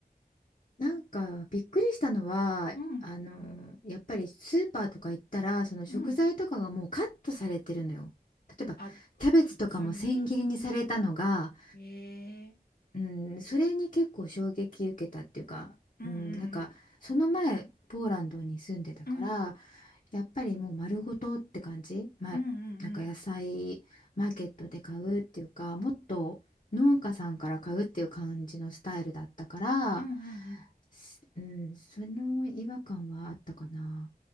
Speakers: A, on the left; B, on the left.
A: なんかびっくりしたのはあのやっぱりスーパーとか行ったらその食材とかがもうカットされてるのよ。
B: うん。うん。
A: 例えばキャベツとかも千切りにされたのが、
B: あ、普通にええー。
A: うん、それに結構衝撃受けたっていうか、
B: うんうん
A: うん、なんかその前ポーランドに住んでたから
B: うん。うん
A: やっぱりもう丸ごとって感じ、ま、
B: うんうんうん。
A: なんか野菜マーケットで買うっていうかもっと農家さんから買うっていう感じのスタイルだったから、
B: うんうんうん。
A: すうん、その違和感はあったかな。